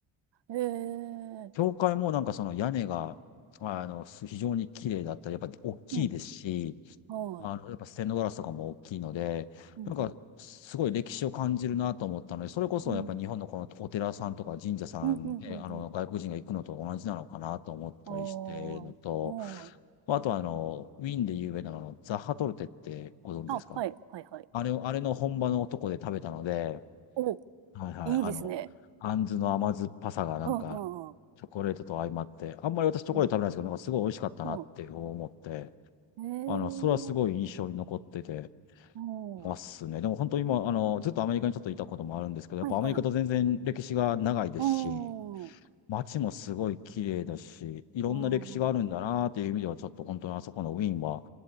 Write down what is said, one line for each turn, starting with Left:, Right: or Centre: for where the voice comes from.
Right: えー、
Left: 教会もなんかその屋根が、あの、非常に綺麗だったり、やっぱ大きいですし、
Right: うん。はい。
Left: あの、やっぱステンドガラスとかも大きいので、
Right: うんうん。
Left: なんか、すごい歴史を感じるなと思ったので、それこそやっぱり日本のこのお寺さんとか神社さんね、
Right: うん。うんうんうんうん。
Left: あの、外国人が行くのと同じなのかなと思ったりしてるのと、
Right: ああ、はい。
Left: まあとはあの、ウィーンで有名なのザッハトルテってご存知ですか
Right: あ、はいはいはい。
Left: あれを、あれの本場のとこで食べたので、
Right: お、
Left: はいはい、
Right: いいですね。
Left: あの、あんずの甘酸っぱさがなんか、
Right: うんうんうん。
Left: チョコレートと相まって、あんまり私チョコレート食べないんですけど、
Right: うん。
Left: なんかすごい美味しかったなって思って、
Right: うん。えー、
Left: あの、それはすごい印象に残ってて、
Right: うん。
Left: ますね。
Right: は
Left: でも本当に今、あの、ずっとアメリカにちょっといたこともあるんですけど、やっぱアメリカと全然歴史が長いですし、
Right: いはい。うん。う
Left: 街もすごい綺麗だし、いろんな歴史があるんだなっていう意味では、
Right: ん。
Left: ちょっと本当にあそこのウィーンは、